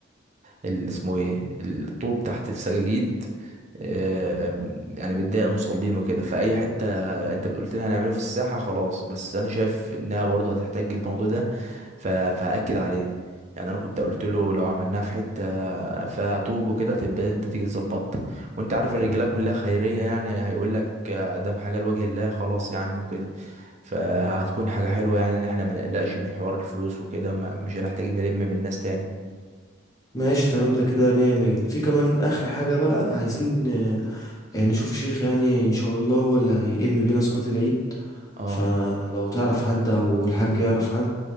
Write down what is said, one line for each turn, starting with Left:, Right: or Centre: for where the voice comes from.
Right: ال- اسمه ايه الطوب تحت السجاجيد آم، يعني بتضايق المصلين وكده فأي حتة انت قلت لنا هنعمله في الساحة خلاص بس انا شايف انها برضه هتحتاج الموضوع ده ف- فهأكد عليه يعني انا كنت قلت له لو عملناها في حتة فيها طوب وكده تبقى انت تيجي تظبطها وانت عارف الرجاله كلها خيرية يعني هيقول لك دام حاجة لوجه الله خلاص يا عم وكده فهتكون حاجة حلوة يعني ان احنا ما نقلقش من حوار الفلوس وكده ما- مش هنحتاج نلم من الناس تاني
Left: ماشي تمام ده كده مية مية في كمان اخر حاجة بقى عايزين آه، يعني نشوف شيخ يعني ان شاء الله هو اللي هيئم بينا صلاة العيد
Right: اه
Left: فلو تعرف حد او الحاج يعرف حد